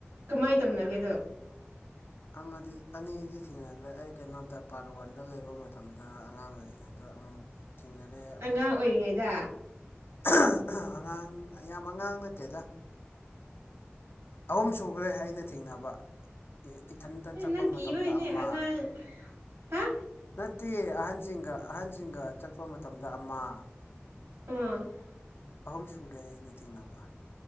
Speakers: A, on the right (about 85°); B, on the left (about 60°).
A: ꯀꯃꯥꯏꯅ ꯇꯧꯅꯒꯦꯗꯣ
B: ꯑꯃꯗꯤ ꯑꯅꯤꯗꯤ ꯊꯦꯡꯅꯈ꯭ꯔꯦ ꯑꯩ ꯀꯩꯅꯣꯗ ꯄꯥꯔꯠ ꯋꯥꯟꯗ ꯂꯩꯕ ꯃꯇꯝꯗ ꯑꯉꯥꯡ ꯑꯣꯏꯔꯤꯉꯩꯗ ꯑꯃꯨꯛ ꯊꯦꯡꯅꯔꯦ ꯑꯃꯨꯛꯀ
A: ꯑꯉꯥꯡ ꯑꯣꯏꯔꯤꯉꯩꯗ
B: ꯑꯍ ꯑꯍ ꯑꯉꯥꯡ ꯌꯥꯝ ꯑꯉꯥꯡ ꯅꯠꯇꯦꯗ ꯑꯍꯨꯝ ꯁꯨꯈ꯭ꯔꯦ ꯑꯩꯅ ꯊꯦꯡꯅꯕ ꯏ ꯏꯊꯟꯇ
A: ꯑꯦ
B: ꯆꯠꯄ
A: ꯅꯪ ꯀꯤꯕꯩꯅꯦ
B: ꯃꯇꯝꯗ ꯑꯃ
A: ꯑꯉꯥꯡ ꯍꯥ
B: ꯅꯠꯇꯦ ꯑꯍꯟꯁꯤꯡꯒ ꯑꯍꯟꯁꯤꯡꯒ ꯆꯠꯄ ꯃꯇꯝꯗ ꯑꯃ
A: ꯎꯝ
B: ꯑꯍꯨꯝ ꯁꯨꯔꯦ ꯑꯩꯅ ꯊꯦꯡꯅꯕ